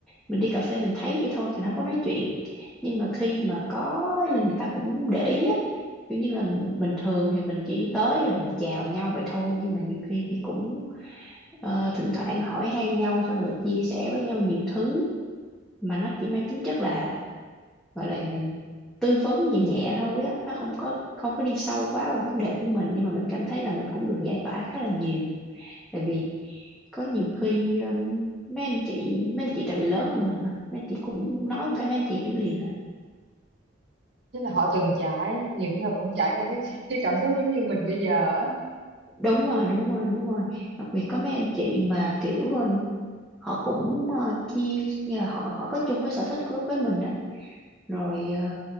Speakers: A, in the centre; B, on the right.
A: mình đi cà phê mình thấy vậy thôi mình không có nói chuyện nhưng mà khi mà có là người ta cũng để ý á kiểu như là bình thường thì mình chỉ tới rồi mình chào nhau vậy thôi nhưng mà nhiều khi thì cũng ờ, thỉnh thoảng hỏi han nhau xong rồi chia sẻ với nhau nhiều thứ mà nó chỉ mang tính chất là gọi là tư vấn nhẹ nhẹ thôi á nó không có không có đi sâu quá vào vấn đề của mình nhưng mà mình cảm thấy là mình cũng được giải tỏa khá là nhiều tại vì có nhiều khi um, mấy anh chị mấy anh chị tại vì lớn hơn mình mà mấy anh chị cũng nói một cái mấy anh chị hiểu liền à
B: Tức là họ từng trải nhiều khi họ cũng trải qua cái <laughs> cái cảm xúc giống như mình bây giờ á
A: đúng rồi đúng rồi đúng rồi đặc biệt có mấy anh chị mà kiểu um, họ cũng uh, chia như là họ họ có chung cái sở thích của, với mình đó rồi ờ,